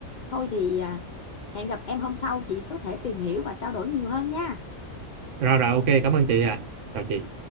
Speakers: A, on the left (about 70°); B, on the right (about 70°).
A: thôi thì à, hẹn gặp em hôm sau chị có thể tìm hiểu và trao đổi nhiều hơn nha
B: Rồi rồi ok cảm ơn chị ạ Chào chị